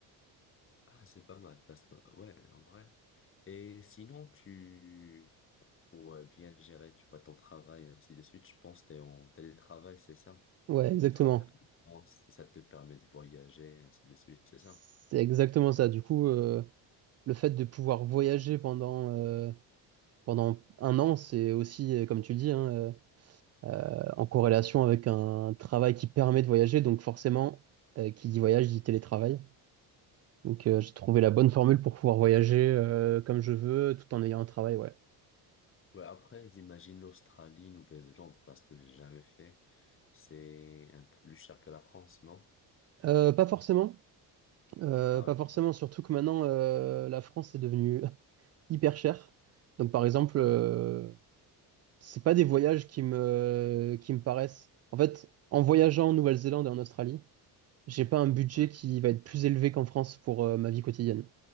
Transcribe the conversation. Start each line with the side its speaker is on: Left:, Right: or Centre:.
Left: Ah, c'est pas mal parce que, ouais, en vrai. Et sinon, tu, pour euh, bien gérer, tu vois, ton travail, ainsi de suite, je pense que t'es en télétravail, c'est ça?
Right: Ouais, exactement.
Left: Tu travailles à distance, ça te permet de voyager, ainsi de suite, c'est
Right: C'est
Left: ça?
Right: exactement ça. Du coup, euh, le fait de pouvoir voyager pendant, euh, pendant un an, c'est aussi, euh, comme tu le dis, hein, euh, euh, en corrélation avec un travail qui permet de voyager. Donc forcément, euh, qui dit voyage dit télétravail. Donc, euh,
Left: Ouais.
Right: j'ai trouvé la bonne formule pour pouvoir voyager euh, comme je veux, tout en ayant un travail, ouais.
Left: Ouais, après, j'imagine l'Australie, Nouvelle-Zélande, parce que j'ai jamais fait. C'est un peu plus cher que la France, non?
Right: Euh, pas forcément, Euh,
Left: Ah
Right: pas
Left: ouais.
Right: forcément,
Left: ok.
Right: surtout que maintenant, euh, la France est devenue <laughs> hyper chère. Donc, par exemple,
Left: Ouais.
Right: euh, c'est pas des voyages qui me, qui me paraissent. En fait, en voyageant en Nouvelle-Zélande et en Australie, j'ai pas un budget
Left: Ouais.
Right: qui va être plus élevé qu'en France pour euh, ma vie quotidienne.